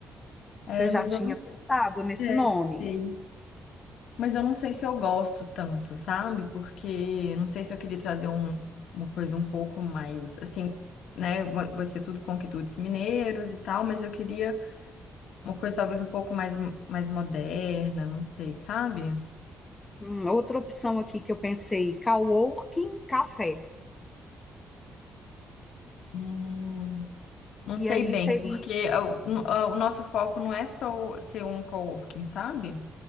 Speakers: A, on the left; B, on the left.
A: É,
B: Você já
A: mas
B: tinha
A: eu não
B: pensado nesse
A: É,
B: nome?
A: sei. Mas eu não sei se eu gosto tanto, sabe? Porque não sei se eu queria trazer um- uma coisa um pouco mais, assim, né? Vai vai ser tudo conquitutes mineiros e tal, mas eu queria Uma coisa talvez um pouco mais, mais moderna, não sei, sabe?
B: Hum, outra opção aqui que eu pensei, coworking café.
A: Hum, não
B: E
A: sei
B: aí
A: bem,
B: seria.
A: porque é o, o nosso foco não é só o- ser um coworking, sabe?